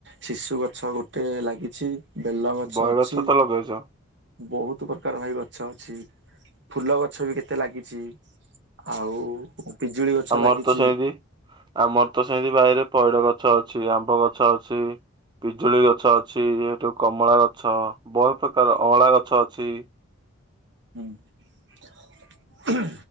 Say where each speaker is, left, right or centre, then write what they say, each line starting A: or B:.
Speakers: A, on the right (about 60°); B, on the right (about 20°).
A: ଶିଶୁ ଗଛ ଗୋଟେ ଲାଗିଚି ବେଲ ଗଛ
B: ବହେ
A: ଅଛି
B: ତ ଲଗେଇଛ।
A: ବହୁତ୍ ପ୍ର କାର ଭାଇ ଗଛ ଅଛି ଫୁଲ ଗଛ ବି କେତେ ଲାଗିଚି ଆଉ ପିଜୁଳି ଗଛ
B: ଆମର
A: ଲାଗିଚି।
B: ତ ସେମିତି ଆମର ତ ସେନ୍ତି ବାଇରେ ପଇଡ଼ ଗଛ ଅଛି ଆମ୍ବ ଗଛ ଅଛି। ପିଜୁଳି ଗଛ ଅଛି ହେଠୁ କମଳା ଗଛ ବହୁତ୍ ପ୍ରକାର ଅଁଳା ଗଛ ଅଛି।
A: ହୁଁ